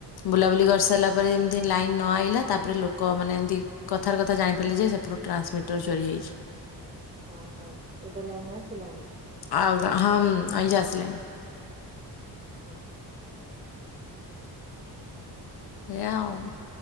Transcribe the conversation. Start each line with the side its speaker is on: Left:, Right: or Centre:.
Left: ବୁଲାବୁଲି କରିସାରିଲା ପରେ ଏମିତି ଲାଇନ୍ ନ ଆଇଲା ତାପରେ ଲୋକ ମାନେ ଏମତି। କଥାରେ କଥା ଜାଣିପାରିଲି ଯେ ସେପଟୁ ଟ୍ରାନ୍ସ୍ ମିଟର ଚୋରି ହେଇଛି।
Right: ଓହୋ, ଏବେ ଲାଇନ୍ ଆସିଲାଣି?
Left: ଆଉ ଗା ହଁମୂ ଆଜ ଆସିଲାଣି।
Right: ହୁଁ।
Left: ଏ ଆମ୍